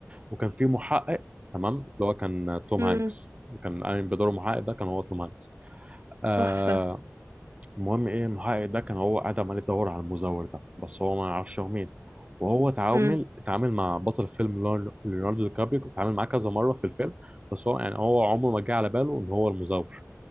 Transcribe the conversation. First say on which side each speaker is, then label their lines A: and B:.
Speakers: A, on the right (about 25°); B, on the right (about 60°).
A: وكان في محقق تمام اللي هو كان توم
B: امم
A: هانكس كان قايم بدور محقق ده كان هو توم هانكس آه،
B: تحفة
A: المهم ايه المحقق ده كان هو قاعد عمال يدور على المزور ده بس هو ما يعرفش هو مين وهو اتعامل
B: امم
A: اتعامل مع بطل فيلم ليونار- ليوناردو دي كابريو اتعامل معاه كذا مره في الفيلم بس هو يعني هو عمره ما جه على باله ان هو المزور